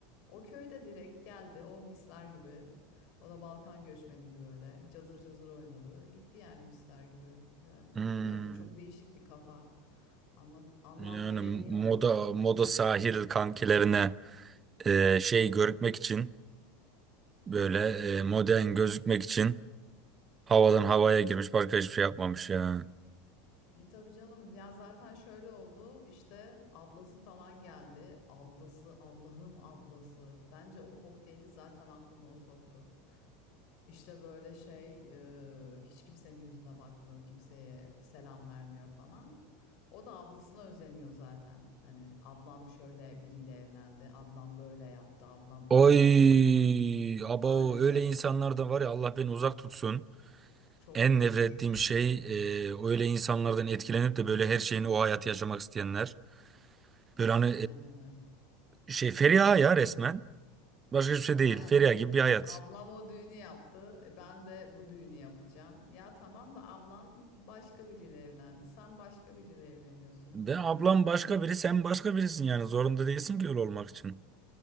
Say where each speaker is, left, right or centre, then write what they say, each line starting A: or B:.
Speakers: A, on the left; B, on the right.
A: O köyde direkt geldi oh misler gibi. O da Balkan göçmeniydi böyle. Cazır cazır oynadı. Gitti yani misler gibi. Yani
B: Hmm,
A: bilmiyorum çok değişik bir kafa. Anlat, anlam
B: yani
A: veremiyorum.
B: moda moda sahil kankilerine e, şey görükmek için böyle
A: Aynen öyle.
B: e, modern gözükmek için havadan havaya girmiş başka hiçbir şey yapmamış ya.
A: E tabii canım ya zaten şöyle oldu işte ablası falan geldi. Ablası Allah'ım ablası. Bence o kokteyli zaten aklına o soktu. İşte böyle şey e, hiç kimsenin yüzüne bakmıyor, kimseye selam vermiyor falan. O da ablasına özeniyor zaten. Hani ablam şöyle biriyle evlendi, ablam böyle yaptı, ablam
B: Oy
A: öyle yaptı falan.
B: abo
A: Maalesef
B: öyle insanlardan var ya Allah beni uzak tutsun.
A: çok
B: En
A: zor.
B: nefret ettiğim
A: <laughs>
B: şey e, öyle insanlardan etkilenip de böyle her şeyini o hayatı yaşamak isteyenler. Böyle hani
A: Aynen öyle.
B: e, şey Feriha ya resmen. Başka hiçbir şey değil.
A: Aynen
B: Feriha gibi bir hayat.
A: Ablam o düğünü yaptı. e ben de bu düğünü yapacağım. Ya tamam da ablan başka biriyle evlendi. Sen başka biriyle evleniyorsun.
B: Ve ablam başka
A: Yani
B: biri, sen başka birisin yani. Zorunda değilsin ki öyle olmak için.